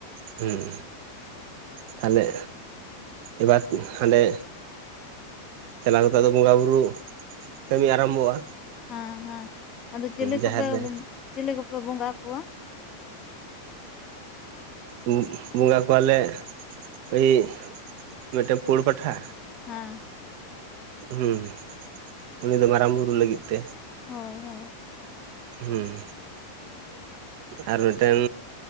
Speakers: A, on the right (about 45°); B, on the left (about 30°).
A: ᱦᱩᱸ ᱛᱟᱦᱚᱞᱮ ᱮᱵᱟᱨ ᱦᱟᱸᱰᱮ ᱪᱟᱞᱟᱣ ᱠᱟᱛᱮ ᱟᱫᱚ ᱵᱚᱸᱜᱟ ᱵᱩᱨᱩ ᱠᱟᱹᱢᱤ ᱟᱨᱟᱢᱵᱚᱜᱼᱟ᱾
B: ᱦᱮᱸ ᱦᱮᱸ ᱟᱫᱚ ᱪᱤᱞᱤ
A: ᱡᱟᱦᱮᱨ
B: ᱠᱚᱯᱮ
A: ᱨᱮ
B: ᱪᱤᱞᱤ ᱠᱚᱯᱮ ᱵᱚᱸᱜᱟ ᱟᱠᱚᱣᱟ?
A: ᱦᱩᱸ ᱵᱚᱸᱜᱟ ᱠᱚᱣᱟᱞᱮ ᱳᱭ ᱢᱤᱫᱴᱮᱱ ᱯᱩᱲ ᱯᱟᱴᱷᱟ᱾
B: ᱦᱮᱸ
A: ᱦᱮᱸ ᱩᱱᱤ ᱫᱚ ᱢᱟᱨᱟᱝ ᱵᱩᱨᱩ ᱞᱟᱹᱜᱤᱫ ᱛᱮ᱾
B: ᱦᱳᱭ ᱦᱳᱭ᱾
A: ᱦᱩᱸ ᱟᱨ ᱢᱤᱫᱴᱮᱱ